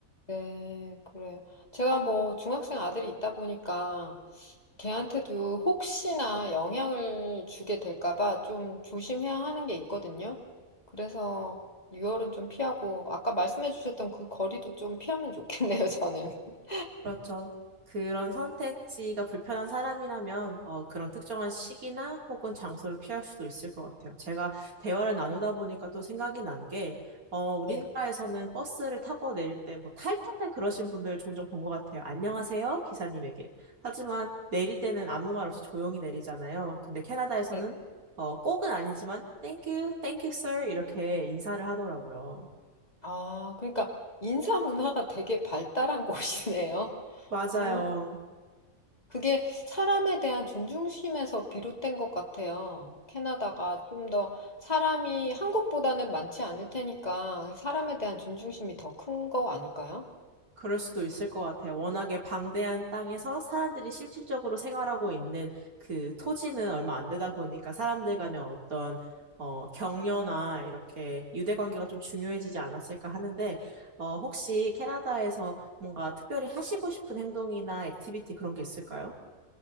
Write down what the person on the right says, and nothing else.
그렇죠. 그런 선택지가 불편한 사람이라면 어, 그런 특정한 시기나 혹은 장소를 피할 수도 있을 것 같아요. 제가 대화를 나누다 보니까 또 생각이 난 게, 어, 우리나라에서는
버스를 타고 내릴 때 뭐 탈 때는 그러신 분들 종종 본 것 같아요. 안녕하세요, 기사님에게. 하지만 내릴 때는 아무 말 없이 조용히 내리잖아요. 근데 캐나다에서는
어, 꼭은 아니지만 thank you, thank you, sir 이렇게 인사를 하더라고요.
맞아요.
그럴 수도 있을 것 같아요. 워낙에 방대한 땅에서 사람들이 실질적으로 생활하고 있는 그 토지는 얼마 안 되다 보니까 사람들 간의 어떤 어, 격려나 이렇게 유대 관계가 좀 중요해지지 않았을까 하는데, 어, 혹시 캐나다에서 뭔가 특별히 하시고 싶은 행동이나 액티비티 그런 게 있을까요?